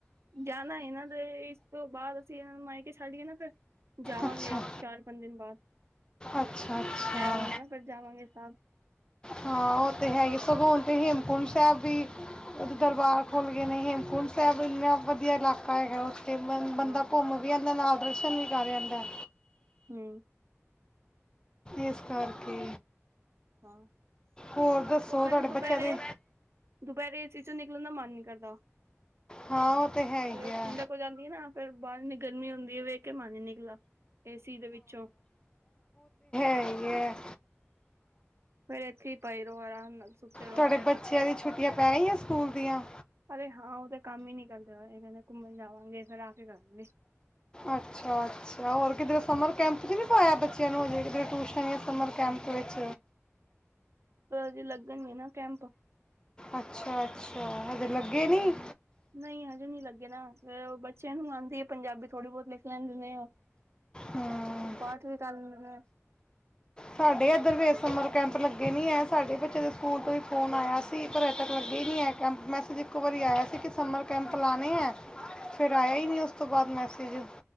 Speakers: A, on the right; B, on the left.
A: ਜਾਣਾ ਇਹਨਾਂ ਦੇ ਇਸ ਤੋਂ ਬਾਅਦ ਅਸੀਂ ਇਹਨਾਂ ਨੂੰ ਮਾਈਕੇ ਛੱਡ ਕੇ ਨਾ ਫਿਰ ਜਾਵਾਂਗੇ
B: ਅੱਛਾ
A: ਚਾਰ ਪੰਜ ਦਿਨ ਬਾਅਦ,
B: ਅੱਛਾ ਅੱਛਾ
A: ਐ ਆਉਣ ਗੇ ਨਾ ਫਿਰ ਜਾਵਾਂਗੇ ਸਬ
B: ਹਾਂ ਉਹ ਤੇ ਹੈਗੇ ਸਗੋਂ ਓਥੇ ਹੇਮਕੁੰਟ ਸਾਹਿਬ ਵੀ ਉਹਦੇ ਦਰਬਾਰ ਖੁੱਲ੍ਹ ਗਏ ਨੇ, ਹੇਮਕੁੰਟ ਸਾਹਿਬ ਇੰਨਾ ਵਧੀਆ ਇਲਾਕਾ ਹੈਗਾ ਉਥੇ ਤੇ ਬੰਦਾ,
A: ਹਾਂ
B: ਘੁੰਮ ਵੀ ਆਂਦਾ ਦਰਸ਼ਨ ਵੀ ਕਰ ਆਂਦਾ ਏ
A: ਹੂੰ
B: ਇਸ ਕਰਕੇ
A: ਹਾਂ
B: ਹੋਰ ਦੱਸੋ
A: ਉਹ ਫੇਰ
B: ਤੁਹਾਡੇ
A: ਦੁਪਹਿਰੇ,
B: ਬੱਚਿਆਂ ਦੇ
A: ਦੁਪਹਿਰੇ ਏ ਸੀ ਚੋਂ ਨਿਕਲਣ ਦਾ ਮਨ ਨੀ ਕਰਦਾ
B: ਹਾਂ ਤੇ ਹੈ ਹੀ
A: ਫਿਰ ਉਹ
B: ਆ
A: ਠੰਡਕ ਹੋ ਜਾਂਦੀ ਹੈ ਨਾ ਫੇਰ ਬਾਹਰ ਗਰਮੀ ਹੁੰਦੀ ਵੇਖ ਕੇ ਮਨ ਨੀ ਨਿਕਲਾ, ਏ ਸੀ ਦੇ ਵਿੱਚੋਂ
B: ਸਹੀ ਹੈ।
A: ਫੇਰ ਇੱਥੇ ਈ ਪਏ ਰਹੋ ਆਰਾਮ ਨਾਲ, ਸੁੱਤੇ ਰਹੋ
B: ਤੁਹਾਡੇ ਬੱਚਿਆਂ ਦੀ ਛੁੱਟੀਆਂ ਪੈ ਗਈਆਂ ਸਕੂਲ ਦੀਆਂ
A: ਅਰੇ ਹਾਂ ਉਹ ਤੇ ਕੰਮ ਹੀ ਨੀ ਕਰਦੇ ਬਏ, ਇਹ ਕਹਿੰਦੇ ਘੁੰਮਣ ਜਾਵਾਂਗੇ ਫਿਰ ਕੇ ਕਰਾਂਗੇ
B: ਅੱਛਾ-ਅੱਛਾ ਹੋਰ ਕਿਧਰੇ ਸਮਰ ਕੈਂਪ ਚ ਨਹੀਂ ਪਾਇਆ ਬੱਚਿਆਂ ਨੂੰ ਹਜੇ? ਕਿੱਧਰੇ ਟਿਊਸ਼ਨ ਜਾਂ ਸਮਰ ਕੈਂਪ ਵਿੱਚ?
A: ਹਜੇ ਲੱਗਣਗੇ ਨਾ ਕੈਂਪ।
B: ਅੱਛਾ ਅੱਛਾ ਹਜੇ ਲੱਗੇ ਨੀਂ?
A: ਨਹੀਂ ਹਜੇ ਨਹੀਂ ਲੱਗੇ ਨਾ, ਫਿਰ ਉਹ ਬ ਬੱਚਿਆਂ ਨੂੰ ਆਉਂਦੀ ਆ ਪੰਜਾਬੀ ਥੋੜੀ ਬਹੁਤ ਲਿਖ ਲੈਂਦੇ ਨੇ ਉਹ,
B: ਹੂੰ
A: ਪਾਠ ਵੀ ਕਰ ਲੈਂਦੇ ਨੇ।
B: ਸਾਡੇ ਇੱਧਰ ਵੀ ਸਮਰ ਕੈਂਪ ਲੱਗੇ ਨਹੀਂ ਹੈ, ਸਾਡੇ ਬੱਚੇਆਂ ਦੇ ਸਕੂਲ ਤੋਂ ਹੀ ਫੋਨ ਆਇਆ ਸੀ, ਪਰ ਅਜੇ ਤੱਕ ਲੱਗੇ ਹੀ ਨਹੀਂ ਹੈ ਕੈਂਪ, ਮੈਸੇਜ ਇੱਕੋ ਵਾਰੀ ਆਇਆ ਸੀ ਕਿ ਸਮਰ ਕੈਂਪ ਲਾਉਣੇ ਹੈ ਫਿਰ ਆਇਆ ਹੀ ਨਹੀਂ ਓਸ ਉਸ ਤੋਂ ਬਾਅਦ ਮੈਸੇਜ।